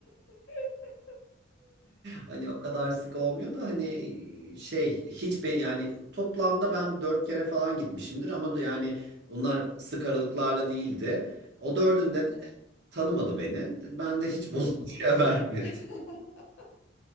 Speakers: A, on the left (about 65°); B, on the right (about 60°).
A: <laughs>
B: Hani o kadar sık olmuyor da hani şey hiç be, yani toplamda ben dört kere falan gitmişimdir ama da yani bunlar sık aralıklarla değildi. O dördünde
A: Hı hı.
B: de tanımadı beni. Ben de hiç
A: Hı
B: bozuntuya
A: hı.
B: <laughs> vermedi.
A: <laughs>